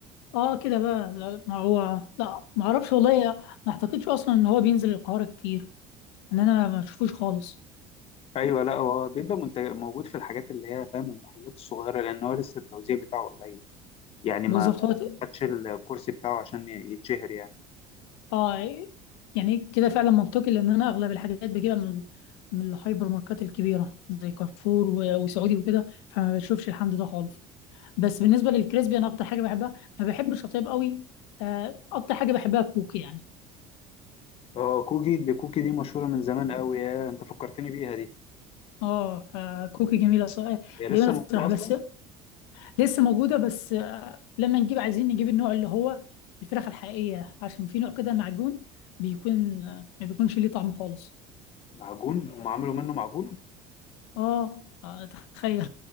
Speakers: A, on the left; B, on the left.
A: اه كده بقى لا ما هو لا ما اعرفش والله ما اعتقدش اصلا ان هو بينزل القاهره كتير ان انا ما اشوفوش خالص
B: ايوه لا هو بيبقى منتج موجود في الحاجات اللي هي فاهم المحلات الصغيره لان هو لسه التوزيع بتاعه قليل يعني
A: بالظبط
B: ما ما
A: هو ت-
B: خدش الكرسي بتاعه عشان يتشهر يعني
A: اه يعني كده فعلا منطقي لان انا اغلب الحاجات بجيبها من من الهايبر ماركات الكبيره زي كارفور و- وسعودي وكده فما بشوفش الحمد ده خالص بس بالنسبه للكريسبي انا اكتر حاجه بحبها ما بحبش الشطيب قوي آه، اكتر حاجه بحبها الكوكي يعني
B: اه كوكي دي كوكي دي مشهوره من زمان قوي يا انت فكرتني بيها دي
A: اه فكوكي جميله صراحه
B: هي لسه
A: جميله الصراحه
B: موجوده اصلا
A: بس لسه موجوده بس آه، لما نجيب عايزين نجيب النوع اللي هو الفراخ الحقيقيه عشان في نوع كده معجون بيكون آه، ما بيكونش ليه طعم خالص
B: معجون هم عملوا منه معجون
A: اه آه، تخيل